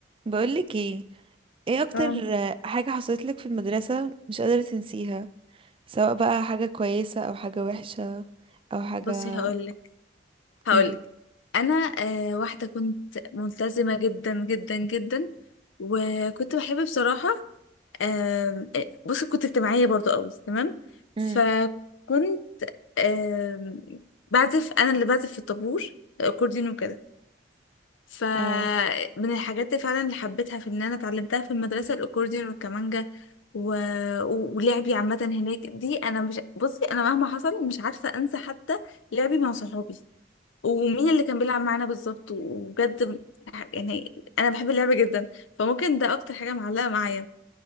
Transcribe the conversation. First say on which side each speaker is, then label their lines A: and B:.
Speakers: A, on the right; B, on the left.
A: بقولك ايه ايه اكتر
B: اه
A: حاجة حصلت لك في المدرسة مش قادرة تنسيها سواء بقى حاجة كويسة او حاجة وحشة او حاجة
B: بصي هقولك هقولك
A: قولي
B: انا آه واحده كنت ملتزمه جدا جدا جدا وكنت بحب بصراحه آم، آه بصي كنت اجتماعيه برضو قوي تمام
A: امم
B: فكنت آم، بعزف انا اللي بعزف في الطابور الاكورديون وكده فمن
A: اه
B: الحاجات اللي فعلا اللي حبيتها في ان انا اتعلمتها في المدرسه الاكورديون والكمانجا و... و- ولعبي عامه هناك دي انا مش بصي انا مهما حصل مش عارفه انسى حتى لعبي مع صحابي ومين اللي كان بيلعب معانا بالظبط وبجد يعني انا بحب اللعبه جدا فممكن ده اكتر حاجه معلقه معايا